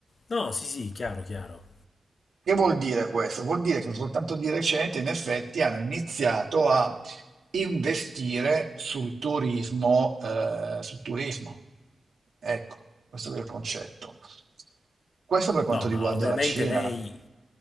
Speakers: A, on the left; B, on the right.
A: No, sì, sì, chiaro, chiaro.
B: Che vuol dire questo? Vuol dire che soltanto di recente, in effetti, hanno iniziato a investire sul turismo, eh, sul turismo. Ecco, questo è il concetto. Questo per quanto
A: No, ma
B: riguarda
A: ovviamente
B: la Cina.
A: lei